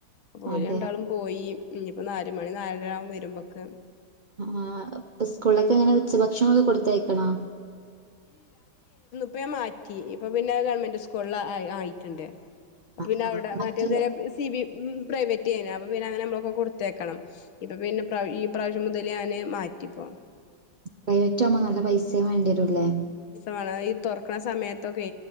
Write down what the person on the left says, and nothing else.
അപ ഓര്
രണ്ടാളും പോയി. ഇഞ്ഞ്പ്പോ നാല് മണി നാലര ആവു വരുമ്പക്ക്
ഇപ്പ ഞാൻ മാറ്റി. ഇപ്പൊ പിന്നെ ഗവൺമെന്റ് സ്കൂളില് ആയിറ്റ്ണ്ട് അപ്പ
പിന്നെ
ഔടെ
മറ്റേതെരെ സി ബി പ്രൈവറ്റ് ഏയ്യ്നു അപ്പ പിന്നെ അങ്ങനെ നമ്മളൊക്കെ കൊടുത്തയക്കണം ഇപ്പൊ പിന്നെ പ്രാവ ഈ പ്രാവശ്യം മുതലേ ഞാന് മാറ്റിപ്പോ
മാണം. ഈ തൊറക്ക്ണ സമയത്തൊക്കെ